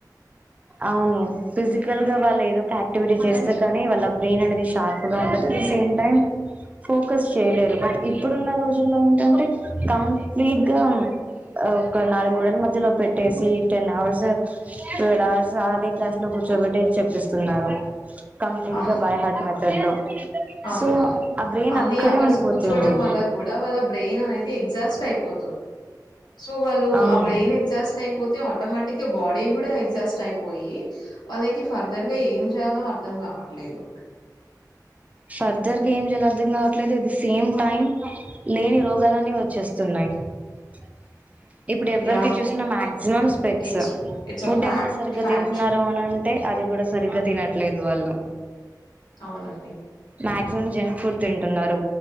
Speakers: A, on the right; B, on the left.
A: అవును ఫిజికల్ గా వాళ్ళు ఏదో ఒక యాక్టివిటీ చేస్తే కానీ వాళ్ళ బ్రెయిన్ అనేది షార్ప్ గా ఉంటంది at the same time focus చేయలేరు బట్ ఇప్పుడున్న రోజుల్లో ఏంటంటే కంప్లీట్ గా ఆ ఒక నాలుగు గుడల మధ్యలో పెట్టేసి టెన్ అవర్స్ ట్వెల్వ్ అవర్స్ అదే క్లాస్ లో కూర్చోబెట్టి చెప్పిస్తున్నారు కంప్లీట్
B: అవును.
A: గా బై హార్ట్ మెథడ్ లో
B: అవునవును
A: సో ఆ బ్రెయిన్
B: అన్ని
A: అక్కడే
B: అవర్స్
A: ఉండిపోతుంది
B: కూర్చోవడం వల్ల కూడా వాళ్ళ బ్రెయిన్ అనేది ఎగ్జాస్ట్ అయిపో. సో వాళ్ళు
A: అవును
B: ఆ బ్రెయిన్ ఎగ్జాస్ట్ అయిపోతే ఆటోమటిక్ గా బడీ కూడా. ఎగ్జాస్ట్ అయిపోయి వాళ్ళకి ఫర్దర్ గా ఏం చేయాలో అర్ధం కావట్లేదు.
A: ఫర్దర్ గా ఏం చేయాలో అర్థం కావట్లేదు. ఎట్ ది సేమ్ టైం లేని రోగాలన్ని వచ్చేస్తున్నాయి. ఆహ్. ఇప్పుడు ఎవరికి
B: యా
A: చూసినా మాక్సిమం స్పెడ్స్
B: ఇట్స్ ఇట్స్
A: ఫుడ్
B: అ ఫ్యాక్ట్
A: ఏమన్నా సరిగ్గా
B: ఫ్యాక్ట్
A: తింటున్నారా అని అం ఎహ్ అది కూడా సరిగ్గా తినట్లేదు వాళ్ళు.
B: అవునండి.
A: మాక్సిమం జంక్ ఫుడ్ తింటున్నారు.